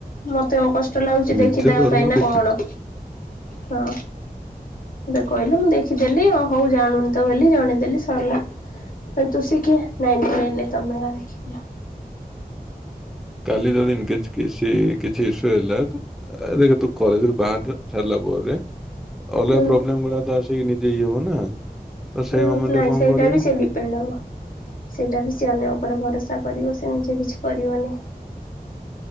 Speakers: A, on the left (about 65°); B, in the centre.
A: ମତେ ଆଉ କଷ୍ଟ ଲାଗୁଛି ଦେଖିଦବା
B: ନିଜ ତରଫରୁ
A: ପାଇଁ ନା
B: କିଛି
A: କଣ? ହଁ ଏବେ କହିଲୁ ମୁଁ ଦେଖିଦେଲି ହଉ। ଜାଣନୁ ତ ବେଲି ଜଣେଇ ଦେଲି ସଇଲା। ଫେରେ ତୁ ସି କିଏ ନାଇରେ ନାଇରେ ତମେ ଅ ଆ ଲେଖି ଦିଅ।
B: କାଲି ଯଦି ଇନକେସ କିସି କିଛି ଇଶୁ ହେଲା। ଦେଖ ତୁ କଲେଜ ରୁ ବାହାରି ତ ସାରିଲା ପରେ ଅଲଗା
A: ହୁଁ
B: ପ୍ରୋବଲେମ ଗୁଡା ତ ଆସି ସିକି ନିଜେ ଇଏ ହବ ନା। ତ ସେଇ
A: ହୁଁ
B: ମୋମେଣ୍ଟରେ
A: ନାଇଁ
B: କଣ
A: ସେଇଟା
B: କରିବୁ
A: ବି ସେ ଡିପେଣ୍ଡ ହବ ସେଇଟା ବି ସେ ଅନ୍ୟ ଉପରେ ଭରସା। କରିବ ସେ ନିଜେ କିଛି କରିବନି।